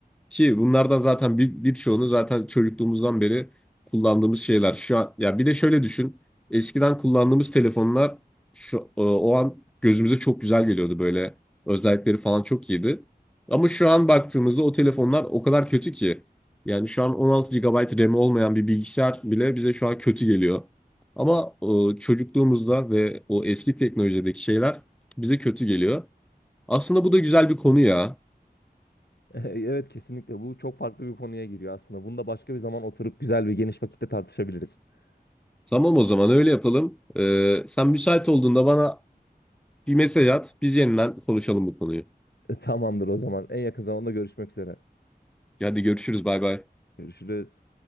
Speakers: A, in the centre; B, on the left.
A: Ki bunlardan zaten bir birçoğunu zaten çocukluğumuzdan beri kullandığımız şeyler. Şu an ya bir de şöyle düşün. Eskiden kullandığımız telefonlar şu o o an gözümüze çok güzel geliyordu böyle. Özellikleri falan çok iyiydi. Ama şu an baktığımızda o telefonlar o kadar kötü ki. Yani şu an 16 gigabayt RAM olmayan bir bilgisayar bile bize şu an kötü geliyor. Ama e, çocukluğumuzda ve o eski teknolojideki şeyler bize kötü geliyor. Aslında bu da güzel bir konu ya.
B: <laughs> Evet kesinlikle bu çok farklı bir konuya giriyor aslında. Bunu da başka bir zaman oturup güzel ve geniş vakitte tartışabiliriz. <laughs>
A: Tamam o zaman öyle yapalım. Ee, sen müsait olduğunda bana bir mesaj at. Biz yeniden konuşalım bu konuyu.
B: E, Tamamdır o zaman. En yakın zamanda görüşmek üzere.
A: Hadi görüşürüz. Bay bay.
B: Görüşürüz.